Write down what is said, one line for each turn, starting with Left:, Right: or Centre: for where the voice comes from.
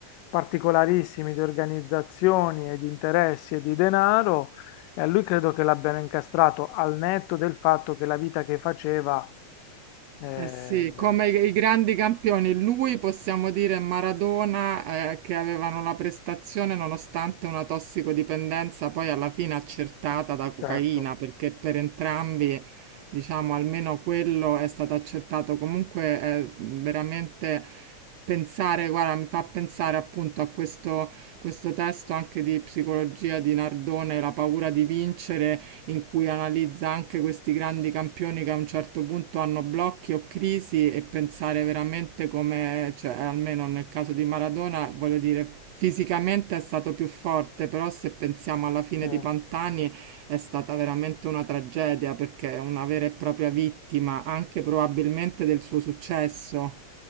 Left: particolarissimi di organizzazioni e di interessi e di denaro, e a lui credo che l'abbiano incastrato al netto del fatto che la vita che faceva, eh,
Right: Eh sì, come i i grandi campioni, lui possiamo dire Maradona, eh, che avevano la prestazione nonostante una tossicodipendenza poi alla fine accertata da cocaina,
Left: certo,
Right: perché per entrambi, diciamo, almeno quello è stato accertato. Comunque è veramente pensare, guarda, mi fa pensare appunto a questo, questo testo anche di psicologia di Nardone, La paura di vincere in cui analizza anche questi grandi campioni che a un certo punto hanno blocchi o crisi e pensare veramente come, cioè, almeno nel caso di Maradona, voglio dire, fisicamente è stato più forte, però se pensiamo alla fine
Left: sì.
Right: di Pantani è stata veramente una tragedia perché è una vera e propria vittima, anche probabilmente del suo successo.